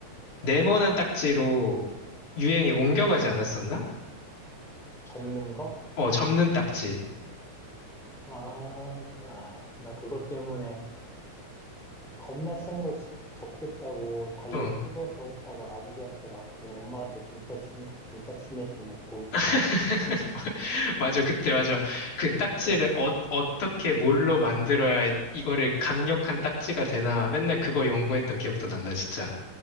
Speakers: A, on the left; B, in the centre.
A: 네모난 딱지로 유행이 옮겨가지 않았었나?
B: 접는 거?
A: 어, 접는 딱지.
B: 아, 아, 나 그것 때문에 겁나 센 거 접겠다고 달력
A: 어.
B: 뜯어서 했다가 아버지한테 맞고 엄마한테 등짝 스 등짝 스매싱 맞고
A: <laughs> 맞아, 그때 맞아. 그 딱지를
B: 어
A: 어, 어떻게 뭘로 만들어야 이거를 강력한 딱지가 되나 맨날 그거 연구했던 기억도 난다, 진짜.